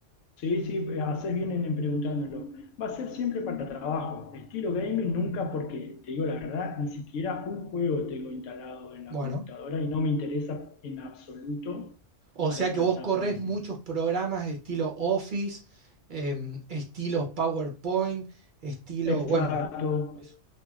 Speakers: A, on the left; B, on the right.
A: Sí, sí, haces bien en en preguntármelo. Va a ser siempre para trabajo. Estilo gaming nunca porque, te digo la verdad, ni siquiera un juego tengo instalado en la
B: Bueno,
A: computadora y no me interesa en absoluto
B: o
A: para
B: sea
A: esta
B: que vos
A: etapa
B: corres
A: de mi
B: muchos
A: vida.
B: programas estilo Office, em, estilo PowerPoint, estilo,
A: Exacto.
B: bueno, eso.